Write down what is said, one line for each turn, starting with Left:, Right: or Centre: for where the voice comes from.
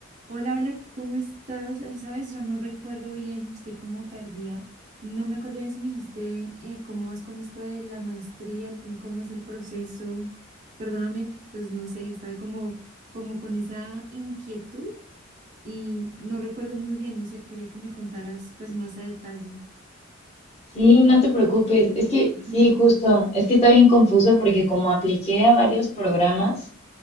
Right: Hola, hola, ¿cómo estás? Ay, sabes, yo no recuerdo bien, estoy como perdida. No me acuerdo bien si me dijiste eh, cómo vas con esto de la maestría, al fin, cómo es el proceso. Perdóname, pues no sé, estaba como, como con esa inquietud y no recuerdo muy bien, no sé, quería que me contaras pues más a detalle.
Left: Sí, no te preocupes. Es que
Right: <laughs>
Left: sí, justo. Es que está bien confuso porque como apliqué a varios programas,